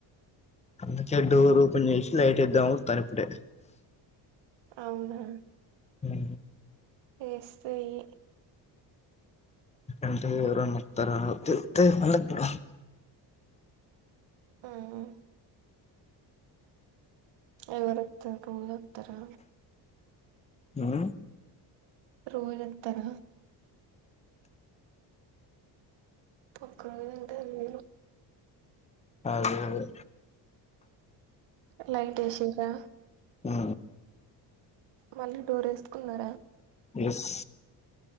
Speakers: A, on the left; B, on the right.
A: అందుకే డోర్ ఓపెన్ చేసి లైట్ ఇద్దాం తనప్పుడే
B: అవునా
A: ఆ
B: వేస్తాయి
A: అంటే ఎవరైనా వస్తార వస్తే <unintelligible>
B: ఉహుం ఎవరోతారు కమల్ వాతారా
A: ఉ
B: రోజోతర ఒక రోజు అంటే అది వేరు
A: అదేేదే
B: లైట్ ఏసిరా
A: ఆ
B: మళ్ళీ డోర్ వేసుకున్నారా?
A: ఎస్